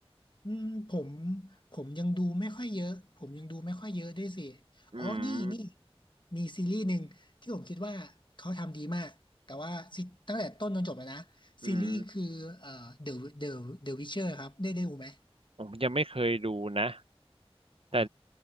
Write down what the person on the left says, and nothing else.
อืมผมผมยังดูไม่ค่อยเยอะผมยังดูไม่ค่อยเยอะด้วยสิ
อ๋อนี่นี่มีซีรีส์หนึ่งที่ผมคิดว่าเขาทำดีมากแต่ว่าซตั้งแต่ต้นจนจบเลยนะซีรีส์คือเอ่อ
The The The Witcher ครับได้ได้ดูไหม
อ๋อ